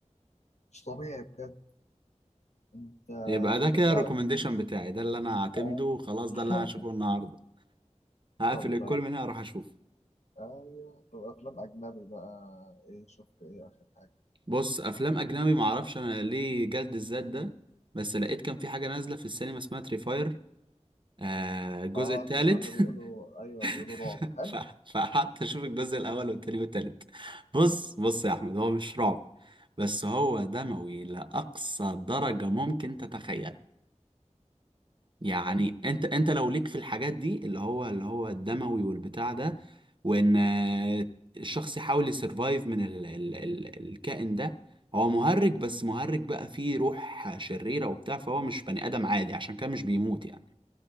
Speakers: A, on the left; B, on the right.
A: مش طبيعي بجد انت
B: يبقى ده
A: طب
B: كده
A: انت
B: الريكومنديشن بتاعي ده اللي انا هعتمده
A: آه
B: وخلاص ده اللي
A: <laughs>
B: انا هشوفه النهارده هقفل
A: طب
B: الكل من هنا اروح اشوف
A: آه، ايوه طب افلام اجنبي بقى ايه شفت ايه اخر حاجه
B: بص افلام اجنبي معرفش انا ليه جلد الذات ده بس لقيت كان في حاجه نازله في السينما اسمها تريفاير آه الجزء
A: اه
B: الثالث
A: تريفار ده بيقولوا ايوه بيقولوا
B: <laughs>
A: رعب حلو
B: ف- فقعدت اشوف الجزء الاول والتاني والتالت بص بص يا احمد هو مش رعب بس هو دموي لاقصى درجه ممكن تتخيل يعني
A: حاجات ال-
B: انت انت لو ليك في الحاجات دي اللي هو اللي هو الدموي والبتاع ده وان آه، الشخص يحاول يسرفايف من ال ال ال الكائن ده هو مهرج بس مهرج بقى فيه روح شريرة وبتاع فهو مش بني آدم عادي عشان كده مش بيموت يعني